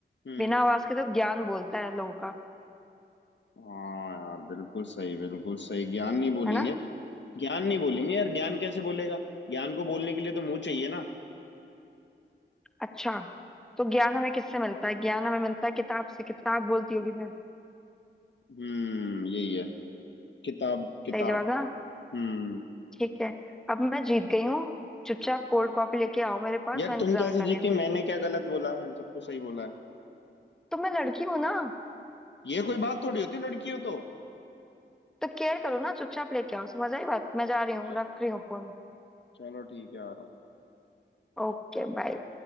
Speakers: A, on the left; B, in the centre.
A: हम्म
B: बिना आवाज के तो ज्ञान बोलता है लोगों का
A: हाँ यार बिल्कुल सही बिल्कुल सही ज्ञान नहीं बोलेंगे
B: है ना
A: ज्ञान नहीं बोलेंगे यार ज्ञान कैसे बोलेगा ज्ञान को बोलने के लिए तो मुंह चाहिए ना
B: अच्छा तो ज्ञान हमें किससे मिलता है ज्ञान हमें मिलता है किताब से किताब बोलती होगी फिर
A: हम्म यही है किताब किताब
B: सही जवाब ना
A: हम्म
B: ठीक है अब मैं जीत गई हूँ चुपचाप कोल्ड कॉफी लेके आओ मेरे पास
A: यार
B: मैं इंतजार
A: तुम कैसे
B: कर
A: जीती
B: रही हूँ
A: मैंने क्या गलत बोला मैंने सब कुछ सही बोला है
B: तो मैं लड़की हूँ ना
A: ये कोई बात थोड़ी होती लड़की हो तो
B: तो केयर करो ना चुपचाप लेके आओ समझ आई बात मैं जा रही हूँ
A: चल
B: रख रही हूँ फोन
A: चलो ठीक है आ रहा हूँ
B: Okay bye